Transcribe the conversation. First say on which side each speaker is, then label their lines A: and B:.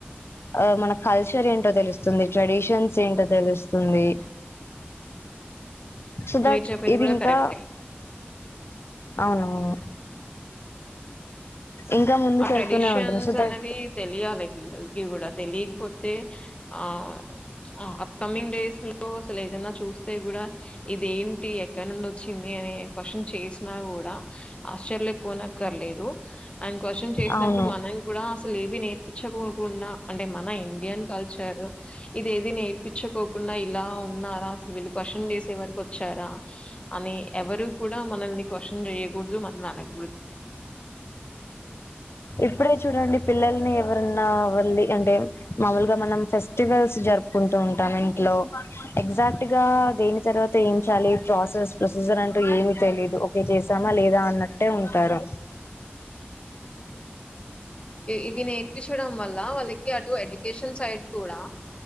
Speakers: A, on the left; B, on the left.
A: ఆ మన కల్చర్ ఏంటో తెలుస్తుంది ట్రెడిషన్స్ ఏంటో తెలుస్తుంది సో దాట్
B: మీరు చెప్పింది
A: ఇది
B: గూడా
A: ఇంకా
B: కరెక్టే.
A: అవునవును ఇంకా ముందుకు
B: ఆ ట్రెడిషన్స్
A: వెళ్తూనే ఉంటుంది సో
B: అనేవి
A: దట్
B: తెలియాలి పిల్లలకి కూడా తెలియకపోతే ఆ ఆ అప్కమింగ్ డేస్ లో అసలు ఏదైనా చూస్తే కూడా ఇదేంటి ఎక్కడ నుండి వచ్చింది అని క్యూషన్ చేసిన కూడా ఆర్చర్యం పొనకర్లేదు ఆ క్యూషన్ చేసినప్పుడు
A: అవును
B: మనం కూడా అసలు ఏవి నేర్పించకోకుండా అంటే మన ఇండియన్ కల్చర్ ఇది ఏది నేర్పించుకోకుండా ఇలా ఉన్నారా అసలు వెలు క్వశ్చన్ చేసేవరకు వచ్చారా అని ఎవరు కూడా మనల్ని క్వ్న్ చేయకూడదు మనల్ని అడగకూడదు
A: ఇప్పుడే చూడండి పిల్లల్ని ఎవరన్నా వళ్ళి అంటే మామూలుగా మనం ఫెస్టివల్స్ జరుపుకుంటూ వుంటాం ఇంట్లో ఎగాక్ట్ గా దని తర్వాత ఏం చేయాలి ప్రాసెస్ ప్రొసీజర్ అంటూ ఏమి తెలిలీదు ఒకే చేసామా లేదా అన్నట్టే ఉంటారు
B: ఇవి నేర్పించడం వల్ల వాళ్ళకి అటు ఎడ్యుకేషన్ సైడ్ కూడా